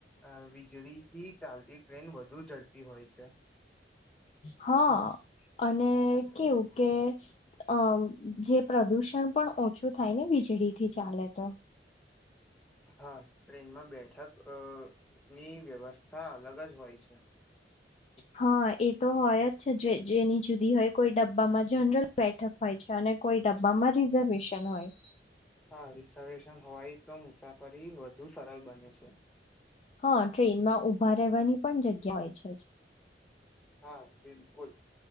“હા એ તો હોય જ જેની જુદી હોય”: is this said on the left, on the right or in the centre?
Left